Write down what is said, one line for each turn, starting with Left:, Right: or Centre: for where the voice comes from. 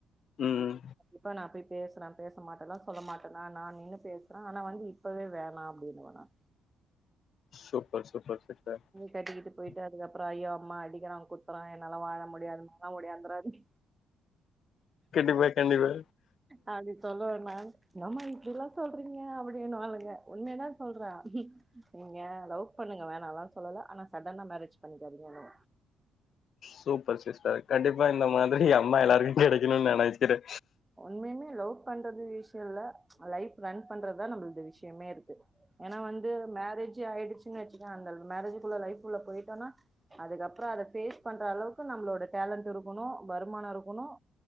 Left: ம்
Right: ப்ச் <inaudible> நா போய் பேசுறே பேச மாட்டலா சொல்ல மாட்டனா நா நின்னு பேச ப்றே ஆனா வந்து இப்பவே வேணா அப்டின்னுவே நான்
Left: சுப் <unintelligible>
Right: கட்டிக்கிட்டு போயிட்டு அதுக்கப்புற ஐயோ அம்மா அடிக்கிறா குத்துறா எ ன்னால வாழ முடியாதுனல்லா ஒடியாந்தராதிங்க <inaudible>
Left: கண்டிப்பா கண்டிப்பா
Right: அப்டி சொல்வே நான் என்னம்மா இப்படி எல்லா சொல்றீங்க அப்டின்னுவாளுங்க உண்மையதா சொல்ற நீங்க லவ் பண்ணுங்க வே ணாலா சொல்லல ஆனா சடனா மேரேஜ் பண்ணிக்காதீங்கனுவ
Left: சூப்பர் சிஸ்டர் கண்டிப்பா இந்த மா ப்டி அம்மா எல்லார்கு கெடை ன்னுன் நெனக்கிறே
Right: உண்மையுமே லவ் பண்றது விஷ்யோ இல்ல ப்ச் லைஃப் ரன் பண்றதா நம்பள்து விஷ்யமேருக்கு ஏனா வந்து மேரேஜூ ஆயிடுச்சு <unintelligible> அந்த மேரேஜ்ஜுக்குள்ள லைஃப்உள்ள போயிட்டோனா அதுக்கப்புறம் அத பேஸ் பண்ற அளவுக்கு நம்ளோட டேலண்ட் இருக்கணு வருமான இருக்கணும்